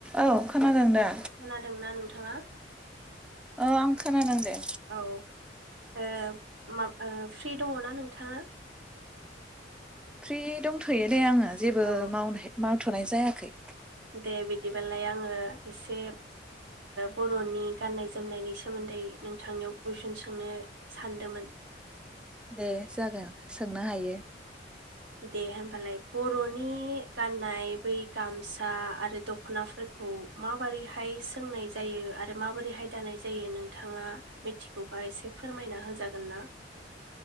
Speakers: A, in the centre; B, on the right.
A: औ खोनादोंं दा?
B: खोनादोंना नोंथाङा
A: औ आं खोनादों दे
B: औ ओ मा ओ फ्रि दङ ना नोंथाङा?
A: फ्रि दंथ'यो दे आङो। जेबो
B: औ
A: मावनो थ'नाय जायाखै
B: दे बिदिबालाय आङो एसे बर'नि गाननाय जोमनायनि सोमोन्दै नोंथांनियाव कुइसन सोंनो सानदोंमोन?
A: दे जागोन। सोंनो हायो।
B: दे होमबालाय बर'नि गाननाय बै गामसा आरो दख'नाफोरखौ मा मारैहाय सोंनाय जायो आ आरो माबोरैहाय दानाय जायो नोंथाङा मिथिगौबा एसे फोरमायना होजागोन ना?